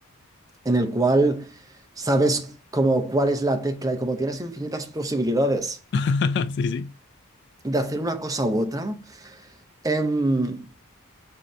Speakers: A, on the right; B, on the left.
A: en el cual sabes como cuál es la tecla y como tienes infinitas posibilidades
B: <laughs> Sí, sí.
A: de hacer una cosa u otra. em,